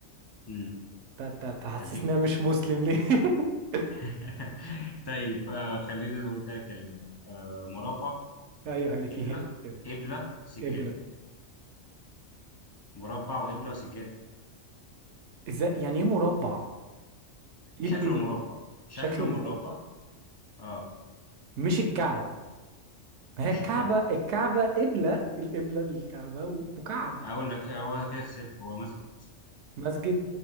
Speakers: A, on the left; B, on the right.
A: امم
B: ت- ت- تحسسنا
A: هديك
B: مش مسلم ليه <laughs>
A: <laughs> طيب آه خلينا نقول ثلاث كلمات آه مربع
B: لا يغلي فيه
A: قبله
B: كده
A: قبله سجاد
B: قبلة
A: مربع وقبله وسجاد
B: ازاي يعني ايه مربع ايه
A: شكله
B: ال- ايه
A: مربع
B: الم-
A: شكله
B: شكل المربع
A: مربع اه
B: مش الكعبة ما
A: مش
B: هي الكعبة
A: الكعبه
B: الكعبة قبلة القبلة للكعبة ومكعب
A: اقول لك آه، هو كده خسرت هو مسجد
B: مسجد